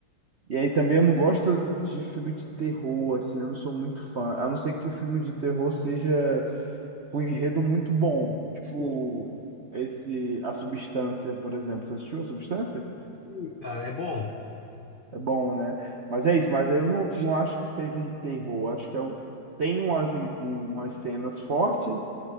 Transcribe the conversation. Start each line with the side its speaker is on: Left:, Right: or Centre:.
Right: E aí também eu não gosto de filme de terror, assim, eu não sou muito fã. A não ser que o filme de terror seja com um enredo muito bom. Tipo,
Left: Sim,
Right: esse, A Substância, por exemplo. Você assistiu A Substância?
Left: sim, cara, é bom.
Right: É bom, né? Mas é isso, mas aí eu não, não acho que seja um terror. Acho que é um, tem umas, im- umas cenas fortes.